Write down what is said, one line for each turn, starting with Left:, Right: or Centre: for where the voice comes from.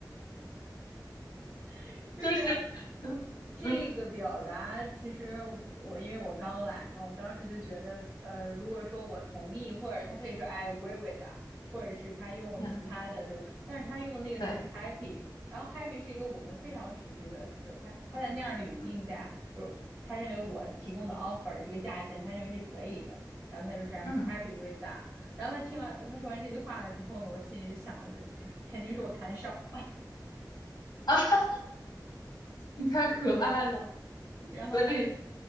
Right: <laughs> 就是。
Left: 就是 <laughs>，嗯嗯
Right: 这个表达其实我因为我刚来嘛，我当时就觉得，呃，如果说我同意，或者他可以说 I agree with that，或者是他用其他的，
Left: 呀，
Right: 对吧？但是他用的那个词是
Left: 对，
Right: happy，然后 happy 是一个我们非常熟知的词，他他在那样的语境下，
Left: 嗯
Right: 就他认为我提供的 offer 这个价钱，他认为是可以的，然后他就说 I'm
Left: 嗯
Right: happy with that。然后他听完他说完这句话了之后呢，我心里就想了就，<laughs> 肯定是我砍少，
Left: 啊，<laughs> 你太可爱了，
Right: 对。然后
Left: 所以，